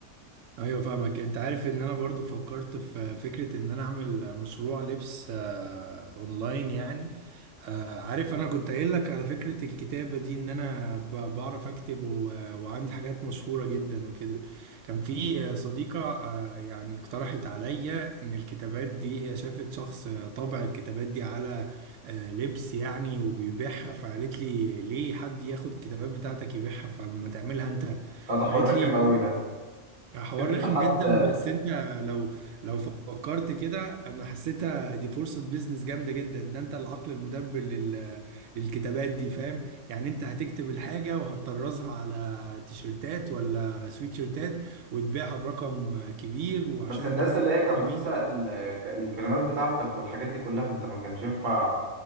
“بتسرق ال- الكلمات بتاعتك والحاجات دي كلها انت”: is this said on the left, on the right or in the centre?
Right